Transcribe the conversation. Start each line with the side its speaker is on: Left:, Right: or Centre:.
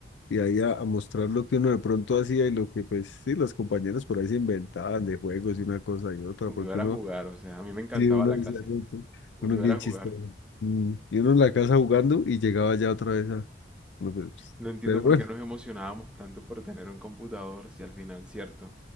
Left: Y ahí a, a mostrar lo que uno de pronto hacía y lo que, pues, sí, los compañeros por ahí se inventaban de juegos y una cosa y otra,
Centre: Uno
Left: porque
Centre: iba era
Left: uno,
Centre: a jugar, o sea, a mí me encantaba
Left: sí, uno
Centre: la
Left: decía,
Centre: clase,
Left: "No, esto-
Centre: uno
Left: uno
Centre: iba
Left: es bien
Centre: era a
Left: chistoso.
Centre: jugar.
Left: Mm, Y uno en la casa jugando y llegaba ya otra vez a... uno, pero, pues,
Centre: No entiendo
Left: pero
Centre: por
Left: bueno.
Centre: qué nos emocionábamos tanto por tener un computador si al final, cierto,